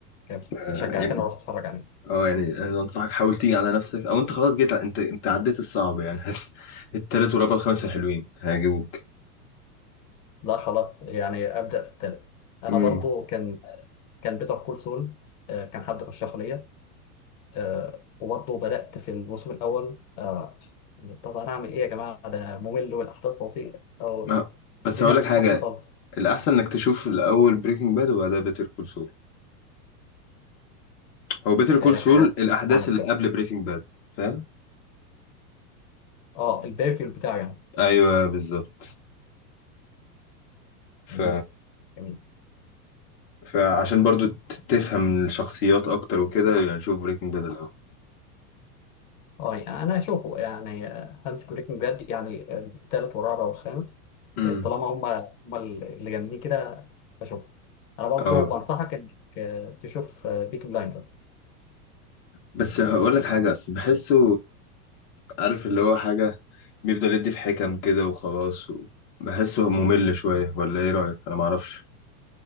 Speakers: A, on the left; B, on the left.
A: جامد
B: آه
A: شجعتني
B: يعني
A: اروح اتفرج عليه
B: اه يعني انا انصحك حاول تيجي على نفسك او انت خلاص جيت ع- انت انت عديت الصعب يعني <laughs> التالت والرابع والخامس حلوين هيعجبوك
A: لا خلاص يعني ابدا في التالت انا
B: امم
A: برضو كان كان بيتر كول سول آه كان حد رشحه ليا آه وبرضو بدات في الموسم الاول آه طب انا اعمل ايه يا جماعه ده ممل والاحداث بطيئه والدنيا
B: آه. بس هقول
A: مش
B: لك
A: ظابطه
B: حاجة
A: خالص
B: الأحسن إنك تشوف الأول بريكنج باد وبعدها بيتر كول سول هو بيتر
A: آه
B: كول سول
A: خلاص
B: الأحداث
A: اعمل
B: اللي
A: كده
B: قبل بريكنج باد فاهم؟
A: اه الباكل بتاعي يعني
B: أيوه بالظبط ف
A: جميل جميل
B: فعشان برضو ت- تفهم الشخصيات اكتر وكده يعني شوف بريكنج باد الاول
A: اه يعني انا اشوفه يعني آه، هانز بريكنج باد يعني آه، التالت والرابع والخامس
B: امم
A: آه، طالما هم هم اللي جامدين كده بشوفه انا برضو
B: اه
A: بنصحك انك آه، تشوف بيك بلايندرز
B: بس هقول لك حاجه بس بحسه عارف اللي هو حاجه بيفضل يدي في حكم كده وخلاص و... بحسه ممل شويه ولا ايه رايك انا معرفش